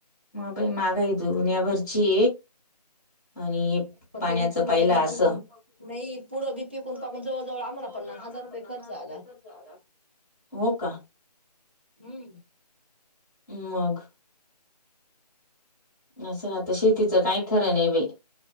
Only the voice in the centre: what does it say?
मगबाई मागाय दऊ न्या भरची. आणि
पाण्याच
पाहिला
असं
पुढ
व
जवळ.
े हो का?
मग. न सर आता शेतीचं काही खरं नाही बाई.